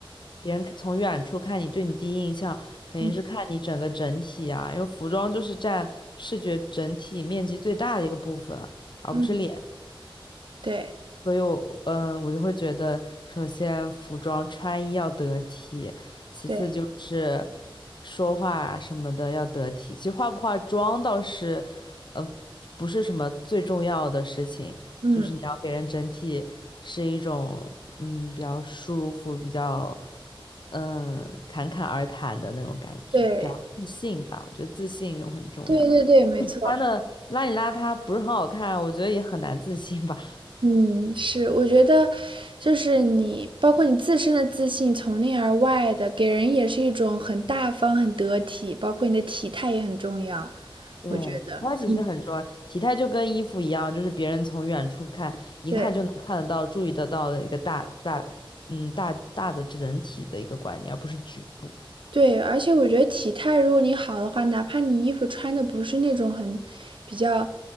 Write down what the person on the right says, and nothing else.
嗯
嗯，对
对，
嗯
对
对对对对，没错。
嗯，是，我觉得就是你，包括你自身的自信，从内而外的，给人也是一种很大方、很得体，包括你的体态也很重要，
我觉得，
嗯，
对。
对，而且我觉得体态如果你好的话，哪怕你衣服穿的不是那种很比较